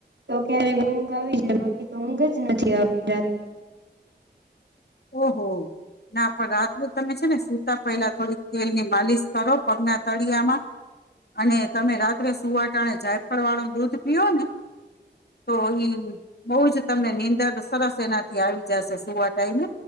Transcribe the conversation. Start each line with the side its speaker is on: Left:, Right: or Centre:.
Right: તો કે ઊંઘ આવી જાય. બાકી તો ઊંઘ જ નથી આપની જાતના <unintelligible>
Left: ઓહો! ના પણ રાત્રે તમે છે ને, સુતા પહેલા થોડીક તેલની માલિશ કરો પગના તળિયામાં. અને તમે રાત્રે સુવાટાણે જાયફળ વાળું દૂધ પીઓ ને, તો એ બહુ જ તમને નીંદર સરસ એનાથી આવી જશે સુવાટાઈને.